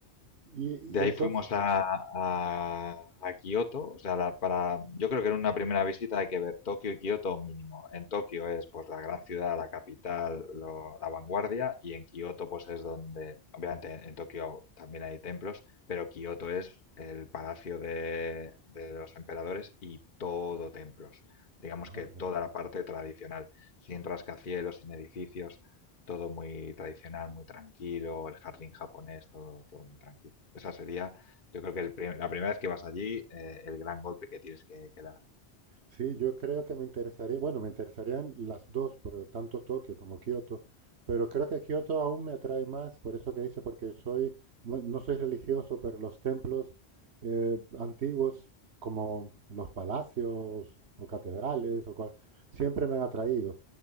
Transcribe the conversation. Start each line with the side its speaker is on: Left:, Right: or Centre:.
Right: Y,
Left: De
Right: y
Left: ahí
Right: entonces,
Left: fuimos a, a, a Kioto, o sea, la- para, yo creo que en una primera visita hay que ver Tokio y Kioto mínimo. En Tokio es pues la gran ciudad, la capital, lo- la vanguardia, y en Kioto pues es donde, obviamente en, Tokio también hay templos, pero Kioto es el palacio de, de los emperadores y todo templos. Digamos
Right: madre.
Left: que toda la parte tradicional, sin rascacielos, sin edificios todo muy tradicional, muy tranquilo, el jardín japonés, todo, todo muy tranquilo. Esa sería, yo creo que el prim- la primera vez que vas allí, eh, el gran golpe que tienes que, que dar.
Right: Sí, yo creo que me interesaría, bueno, me interesarían las dos, por tanto Tokio como Kioto, pero creo que Kioto aún me atrae más, por eso que dice, porque soy, bueno, no soy religioso, pero los templos eh, antiguos, como los palacios o catedrales, o cual- siempre me han atraído.